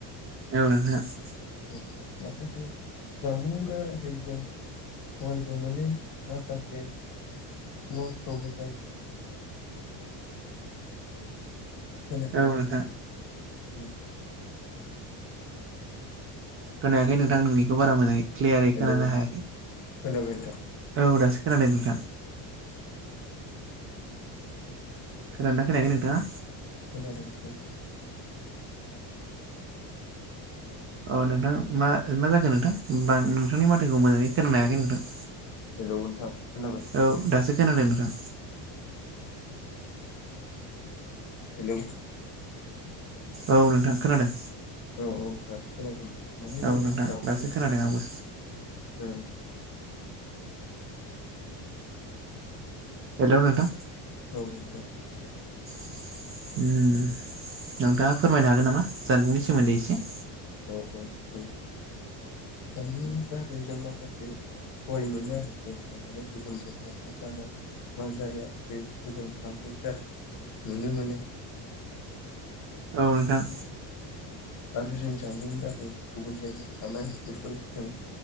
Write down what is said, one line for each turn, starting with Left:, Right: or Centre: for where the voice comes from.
Right: <unintelligible>
Left: <unintelligible> जानबुंनि दारै जों सहायबो मोनो माखासे नस्थ'बो जायो।
Right: <inaudible>
Left: खोनायाखै
Right: औ
Left: नामा
Right: नोंथां
Left: <inaudible>
Right: खोनायाखै नोंथां नोंनिखौ बारा मोजाङै क्लियारै
Left: हेलौ
Right: खोनानो हायाखै।
Left: खोनाबाय नोंथां।
Right: औ दासो खोनाबाय नोंथां।
Left: <inaudible>
Right: खोनादों ना खोनायाखै नोंथाङा?
Left: खोनादों नोंथां।
Right: अ नोंथां मा मा जाखो नोंथां ओमबा नोंथांनि माथोखौ मोजाङै खोनानो हायाखै नोंथां।
Left: हेल नोंथा खोनाबाय?
Right: औ दासो खोनादों नोंथां।
Left: हेलौ
Right: औ नोंथां खोनादों।
Left: औ औ दासो खोनादों माने <unintelligible>
Right: औ नोंथां दासो खोनादों आंबो
Left: ओं
Right: हेलौ नोंथां।
Left: औ नोंथां
Right: <inaudible> उम नोंथाङा फोरमायनो हागोन नामा जानबुंनि सोमोन्दै इसे
Left: औ औ हागोन जानबुंनि दारै जों माखासे सहय मोनो आरोखि थारमाने गुबुन जायगाव मा जानो मा जाया बेफोरखौ जों जानबुंनि दारै नुनो मोनो,
Right: औ नोंथां।
Left: आरो जों जामुंनि दारै गुबुन जायगायाव थानाय बेफोरखौ जों